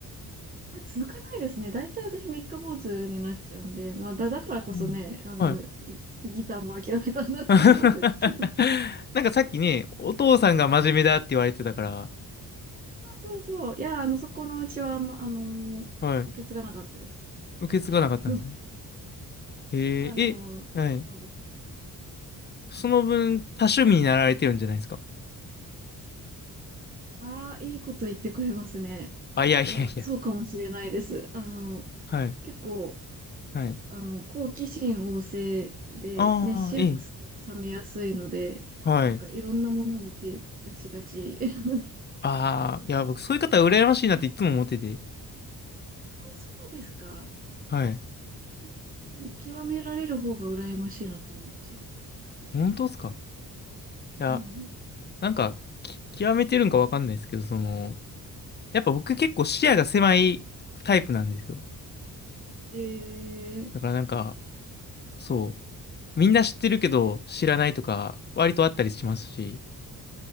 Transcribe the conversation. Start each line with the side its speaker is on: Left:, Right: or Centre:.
Right: 続かないですね。大体私三日坊主になっちゃうんで、まあ、だ、だからこそね、
Left: うんはい。
Right: あの、ギターも諦めたんだと思うんですけど。
Left: <laughs> なんかさっきね、
Right: <laughs>
Left: お父さんが真面目だって言われてたから、
Right: あ、そうそう。いや、あの、そこのうちは、ま、あの、
Left: はい。
Right: 受け継がなかったですね。
Left: 受け継がなかったんですね。
Right: <laughs>
Left: へえー、
Right: あの、
Left: え、はい。
Right: そうです。
Left: その分、
Right: はい。
Left: 多趣味になられてるんじゃないですか。
Right: ああ、いいこと言ってくれますね。
Left: あ、いやいやいや。
Right: いや、そうかもしれないです。あの、
Left: はい。
Right: 結構、
Left: はい。
Right: あの、好奇心旺盛でね、
Left: ああ、
Right: 熱しやすく冷めやすいので、
Left: ええ。はい。
Right: なんかいろんなものに手出しがち。<laughs> えー、
Left: ああ、いや、僕、そういう方羨ましいなっていつも思ってて。
Right: そうですか。
Left: はい。
Right: 私、き極められる方が羨ましいなって思っちゃいます。
Left: 本当ですかいや
Right: うん。
Left: なんか、き極めてるんかわかんないですけど、その、やっぱ僕結構視野が狭いタイプなんですよ。
Right: えー、
Left: だからなんか、そう、みんな知ってるけど知らないとか、割とあったりしますし、